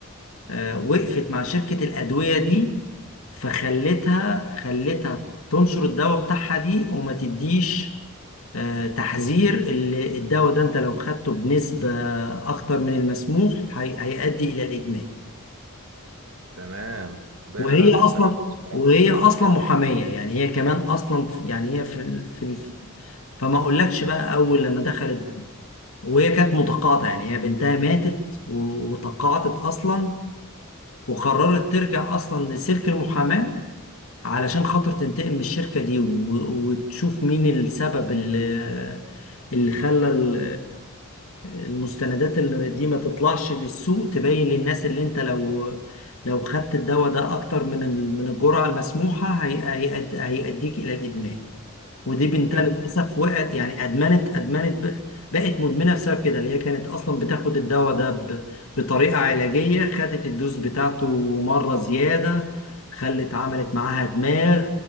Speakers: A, on the left; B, on the right.
A: آه، وقفت مع شركة الأدوية دي فخلتها خلتها تنشر الدواء بتاعها دي وما تديش آه، تحذير اللي الدواء ده انت لو خدته بنسبة اكتر من المسموح هي- هيؤدي الى الادمان
B: تمام باين
A: وهي
B: عليها قصه
A: اصلا
B: جامده بصراحه
A: وهي اصلا محاميه يعني هي كمان اصلا يعني هي في ال... في ال... فما اقولكش بقى اول لما دخلت وهي كانت متقاعده يعني هي بنتها ماتت و... وتقاعدت اصلا وقررت ترجع اصلا لسلك المحاماه علشان خاطر تنتقم من الشركة دي و- وتشوف مين السبب اللي اللي خلى ال- المستندات اللي دي ما تطلعش للسوق تبين للناس اللي انت لو لو خدت الدواء ده اكتر من ال- من الجرعة المسموحة هي- هيأد- هيأديك الى الادمان ودي بنتها
B: جامد
A: للاسف وقعت يعني ادمنت ادمنت ب- بقت مدمنه بسبب كده اللي هي كانت اصلا بتاخد الدواء ده ب- بطريقه علاجيه خدت الدوز بتاعته مره زياده خلت عملت معاها دماغ